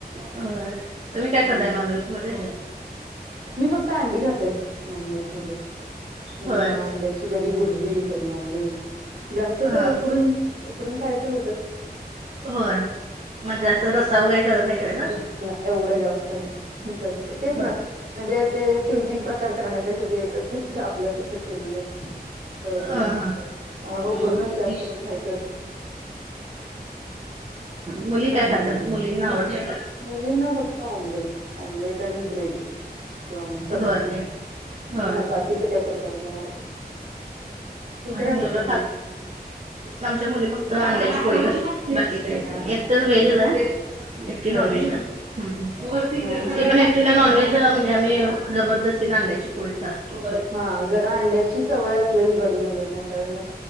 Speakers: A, on the right (about 40°); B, on the right (about 60°).
A: होय तुम्ही काय
B: हम्म
A: करताय नॉन व्हेज मध्ये?
B: मी फक्त अंडी खाते नॉनव्हेज. ्
A: होय
B: म अंड्याची कधी भुर्जी कधी ऑमलेट.. जास्त
A: हा
B: तर उकडून उकडून खायचं होत.
A: होय म्हणजे असं रस्ता वगैरे करत नाही कय ना.
B: एवढं जास्त नाही कधीच तेच
A: होय.
B: ना म्हणजे ते तीन तीन. प्रकार करण्यापेक्षा एकच काही आपल्या. ल् होतय
A: हा
B: मग
A: हा
B: आम्हाला उकडूनच
A: हम्म. होय
B: जास्त तर खायचे होते.
A: मुली काय खातात मुलींना आवडतात.
B: मुलींना फक्त ऑमलेट ऑमलेट आणि ब्रेड किंवा मग चपाती
A: होय. होय
B: नाही बाकीच काही प्रकार नाही आवडत, तुमच्या
A: आणि
B: काय
A: मुलगा
B: खा तात या मुली.
A: खात आमच्या मुले फक्त अंड्याची पोळी खातात बाकी.
B: हा हा
A: एक तर व्हेज
B: ऑमलेट
A: आहे एकटी
B: होय
A: नॉन
B: ना
A: व्हेज खात्या. तर
B: हा हा
A: ते
B: हा
A: पण तिला नॉनव्हेज म्हणजे आम्ही जबरदस्ती नांद्याची पोळी. चारतो
B: हा जरा अंड्याची सवय असलेली घरी मुलांना कारण